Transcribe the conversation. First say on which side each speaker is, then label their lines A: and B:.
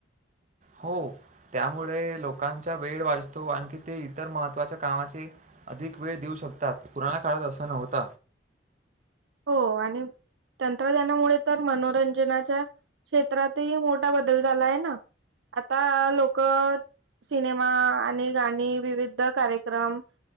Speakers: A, on the right; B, on the right.
A: हो त्यामुळे लोकांचा वेळ वाचतो. आणखी ते इतर महत्त्वाच्या कामाचे अधिक वेळ देऊ शकतात. पुराना काळात असं नव्हत.
B: हो आणि तंत्रज्ञानामुळे तर मनोरंजनाच्या क्षेत्रातही मोठा बदल झाला आहे ना, आता लोक सिनेमा आणि गाणी विविध कार्यक्रम